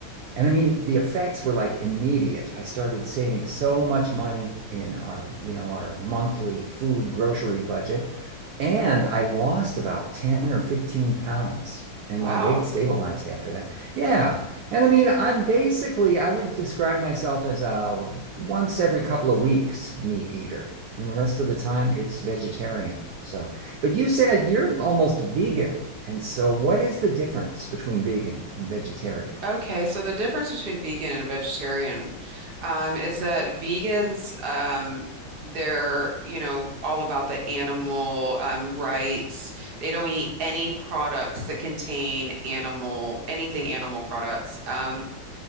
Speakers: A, on the right; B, on the right.
A: And I mean, the effects were like immediate. I started saving so much money in our, you know, our monthly food grocery budget. And I lost about 10 or 15 pounds. And
B: Wow.
A: my weight stabilized after that. Yeah. And I mean, I'm basically, I would describe myself as a once every couple of weeks meat eater. And the rest of the time, it's vegetarian. So, but you said you're almost vegan. And so, what is the difference between vegan and vegetarian?
B: Okay, so the difference between vegan and vegetarian um, is that vegans, um, they're, you know, all about the animal um, rights. They don't eat any products that contain animal, anything animal products. Um,